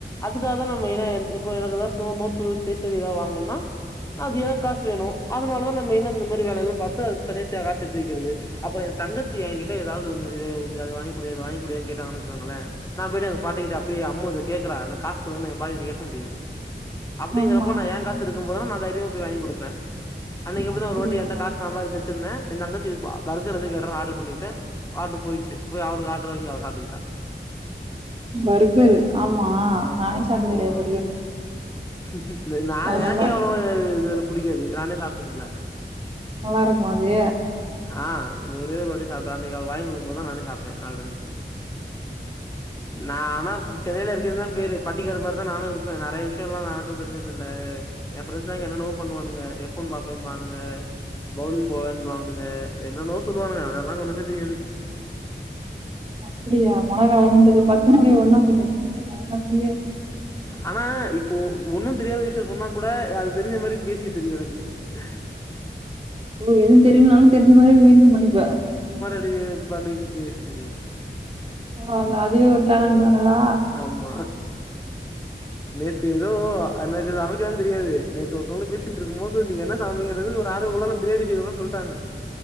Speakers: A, on the left; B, on the right.
A: அதுக்காக தா ந மெய்னா என்ரிப் இப்ப எனக்கு தா ஸ்நோ <unintelligible> சரி எதாது வாங்கணும்னா நா அது எனக்கு காசு வேணு அதனாலதா ந மெய்ன இந்த மாரி வேயெல்லா பாத்து அது தனியாக காசு சேத்துவக்கிறது அப்ற எ தங்கச்சி எ கிட்ட எதாது ஒன்னு அத வாங்கிக்குடியா இத வாங்கிக்குடியா கேட்டாங்கன்னு வச்சுக்கங்களே நா போய் எங்க பாட்டி கிட்ட அம்மும் இத கேக்குறா அந்த காசு போட பாட்டுட்ட கேக்க முடியாது அப்டினாப்
B: ஆமா
A: ப்ப ந ஏ காசு இருக்கு போது தைரியமா போய் வாங்கி குடுப்பே அன்னைக்கி அப்டி
B: அப்படியா
A: ஒருவாட்டி காசு சம்பாச்சி வச்சிருந்தே எ தங்கச்சி பர்கர் எதோ கேட் ட்ற ஆடுர் பண்ணிவிட்டே ஆடுர் போய்ச்சு போய் அவருக்கு ஆடர் வாங்கி அவ சாப்பிட்டுக்கிட்ட
B: பர்கரு ஆமா
A: ஆமா
B: நானே சாப்டது கெடையாது
A: ம்
B: பர்கரு
A: <inaudible> நா
B: அது
A: எனக்கே
B: நல்லா
A: எவ்வளவு இதுல பிடிக்காது நானே சாப்டிதில்ல
B: நல்லா இருக்குமா அது
A: ஆ ஒரே ஒரு வாட்டி சாப்டே அந்த வாயு குடுக்கு போதா நானே சாப்ட்டே நல்லா இருந்துச்சு நா ஆனா சென்னையில இருக்கிறது தா பேரு பட்டிகாடுமாதிரி தா நானு இருப்பே நெறைய விஷய எல்லா நடக்கு தெரிஞ்ச இதுல்ல எ ப்ரெண்டஸ்ல என்னென்னமோ பண்ணுவானுங்க எஃபோன் பாப்பே பானுங்க பவுலிங் போவேன்னோ இவனுங்க என்னென்னோ சொல்லுவானுங்க அதெல்லா ஒன்னுமே தெரியாது
B: அப்டியா உனகா ஒண்ணு தெரில
A: ம்
B: பத்து மணா ஒன்னா பின் வச்சு என்ன பண்ணுவே
A: ஆனா இப்போ ஒன்னு தெரியாத விஷய சொன்னா கூட அது தெரிஞ்ச மாரி பேசி தெரியு எனக்கு ஹ
B: ஓ எதும் தெரியல்னாலு தெரிஞ்ச மாரி மெய்டன் பண்ணிப்பே
A: அடி பண்ணிக்கு பேசிறியா
B: ஆல அதுவே ஒரு டேலண்ட் தனடா
A: ஆமா நேத்து எதோ அ எனக்கு சமைக்கல தெரியாது நேத்து ஒருத்தவங்கள பேசிட்டு இருக்கு போது நீங்க என்ன சமைங்கிறது ஒரு ஆறு குலருல பிரியாணி செய்னும்முன்னு சொல்ட்டாங்க